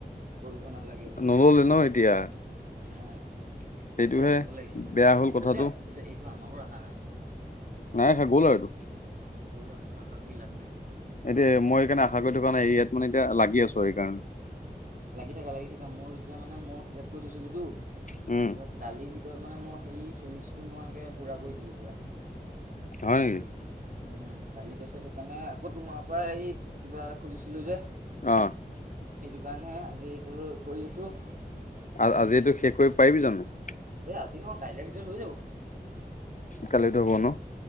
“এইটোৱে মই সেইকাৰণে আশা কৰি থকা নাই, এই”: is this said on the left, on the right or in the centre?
Left